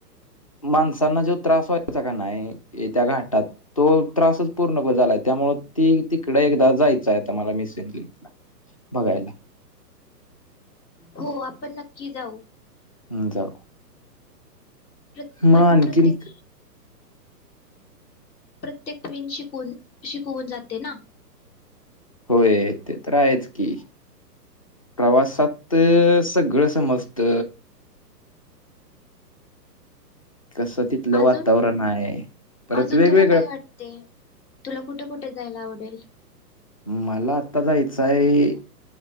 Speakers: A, on the left (about 25°); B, on the left (about 80°).
A: माणसांना जो त्रास व्हायचा काय नाय त्या घाटात तो त्रासच पूर्णप झालाय. त्यामुळ ती तिकड एकदा जायचं आहे. आता मला मिसिंग लिंकला बघायला.
B: हो आपण नक्की जाऊ.
A: हुं जाऊ.
B: प्रत्येक
A: मग आणखीन
B: पण प्रत्येक <unintelligible> शिकवून शिकवून जाते ना.
A: होय ते तर आहेच की. प्रवासात सगळं समस्त कसं तिथलं
B: आजून
A: वातावरण आहे परत
B: आजून
A: वेगवेगळं
B: तुला काय वाटतय तुला कुठ कुठ जायायला आवडेल.
A: मला आता जायचं आहे